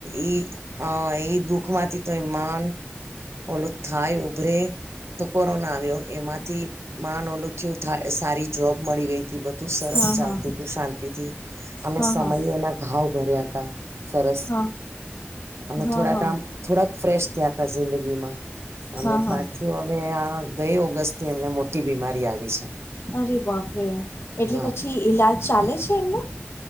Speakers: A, on the right; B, on the left.
A: એઈ અ એઈ દુઃખ માંથી તો એ માન ઓલો થાય ઉભરે તો કોરોના આવ્યો. એમાંથી મા ન ઓલું થયું સારી જોબ મળી ગઈ હતી. બધું સરસ
B: હા
A: ચાલતું
B: હા
A: હતું શાંતિથી. અમે
B: હા
A: સમયેના
B: હા
A: ઘાવ ભર્યા હતા. સરસ
B: હા
A: અને
B: હા
A: થોડાક
B: હા
A: આમ થોડાક ફ્રેશ થયા ત જિંદગી માં. અને
B: હા હા
A: પાછું હવે આ ગઈ ઓગસ્ટ થી એમને મોટી બીમારી આવી છે.
B: અરે બાપરે એટલે
A: હા
B: પછી ઈલાજ ચાલે છે, એમનો?